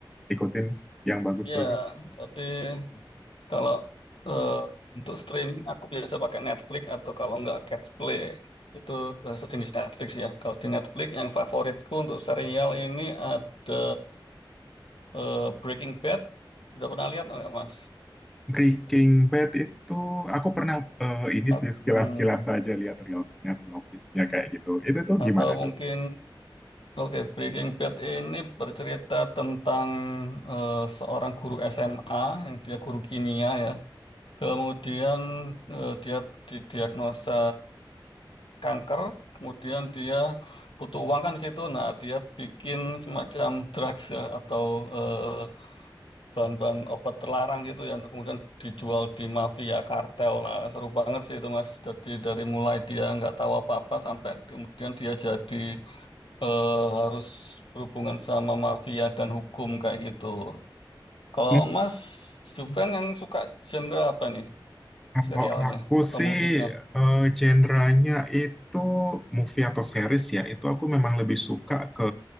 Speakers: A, in the centre; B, on the left.
A: ikutin yang bagus-bagus.
B: Ya, tadi kalau eh, untuk streaming aku biasa pakai Netflix atau kalau nggak Catch Play. Itu eh, sejenis Netflix ya. Kalau di Netflix yang favoritku untuk serial ini ada eh, Breaking Bad. Udah pernah lihat nggak Mas?
A: Breaking Bad itu aku pernah eh, ini
B: At-
A: sih sekilas-kilas
B: hmm,
A: aja lihat reelsnya, sinopsisnya kayak gitu. Itu tuh
B: Atau
A: gimana
B: mungkin
A: tuh?
B: Oke, Breaking Bad ini bercerita tentang eh, seorang guru SMA yang dia guru kimia ya. Kemudian eh, dia didiagnosa kanker, kemudian dia butuh uang kan di situ. Nah, dia bikin semacam drugs ya, atau eh, bahan-bahan obat terlarang gitu ya untuk kemudian dijual di mafia kartel. Nah, seru banget sih itu Mas. Jadi dari mulai dia nggak tahu apa-apa sampai kemudian dia jadi eh, harus berhubungan sama mafia dan hukum kayak gitu. Kalau
A: Hmm?
B: Mas Juven yang suka genre apa nih
A: Kalau
B: serialnya
A: aku
B: atau
A: sih
B: moviesnya?
A: eh, genrenya itu movie atau series ya, itu aku memang lebih suka ke